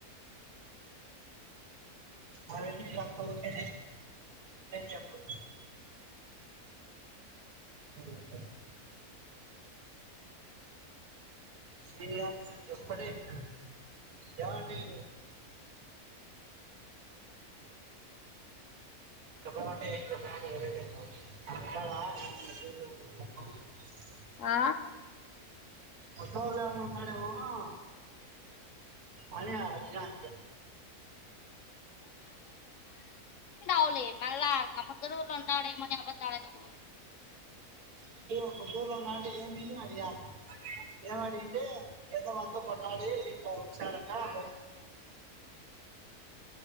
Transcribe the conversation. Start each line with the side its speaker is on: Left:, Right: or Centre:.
Right: అవన్నీ నీకు చెప్పదు <inaudible> చెప్పలేదు. సీనియర్స్ ఎప్పటి మ్ ఏమంటే <unintelligible> చెప్పడం అంటే ఏం చెప్పడం అంటే వేరేది ఏమన్నా <unintelligible>
Left: ఆ
Right: వచ్చే వారం ఏమన్నా అనుకున్నారేమో అని అడిగినా అంతే
Left: ఔలే మళ్ళా ఇంగ ముద్దులూరులో ఉండాడేమో అని అబద్ధాలు ఎందుకు?
Right: అడిగా ముద్దులూరు లో ఉన్నావంటా ఏమి అడిగా ఏం అడిగింటే పెళ్ళాం తో కొట్లాడి ఇట్లా వచ్చారకే <unintelligible> <unintelligible>